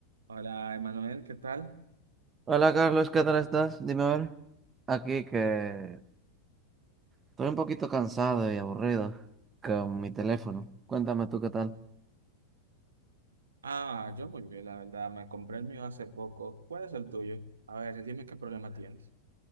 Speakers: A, on the right (about 70°); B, on the right (about 20°).
A: Hola, Emanuel, ¿qué tal?
B: Hola Carlos, ¿qué tal estás? Dime a ver. Aquí que estoy un poquito cansado y aburrido con mi teléfono. Cuéntame tú qué tal.
A: Ah, yo muy bien, la verdad. Me compré el mío hace poco. ¿Cuál es el tuyo? A ver, dime qué problema tienes.